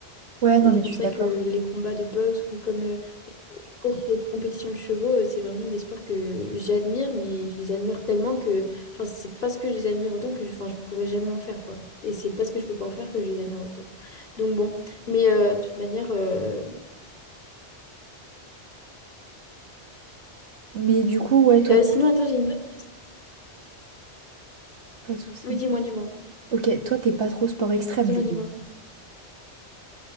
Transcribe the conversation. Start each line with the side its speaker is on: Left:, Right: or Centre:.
Right: Ouais, non,
Left: Et c'est
Right: mais
Left: pour
Right: je suis
Left: ça
Right: d'accord.
Left: que les combats de boxe ou comme euh, les courses et les compétitions de chevaux, euh, c'est vraiment des sports que j'admire, mais je les admire tellement que, enfin, c'est parce que je les admire autant que je, enfin, je pourrais jamais en faire, quoi. Et c'est parce que je peux pas en faire que je les admire autant. Donc bon, mais euh, de toute manière, euh,
Right: Mais du coup, ouais, toi,
Left: euh, sinon, attends, j'ai une autre.
Right: pas de souci.
Left: Oui, dis-moi, dis-moi,
Right: Ok, toi, t'es pas trop sport extrême,
Left: dis-moi,
Right: du coup.
Left: dis-moi.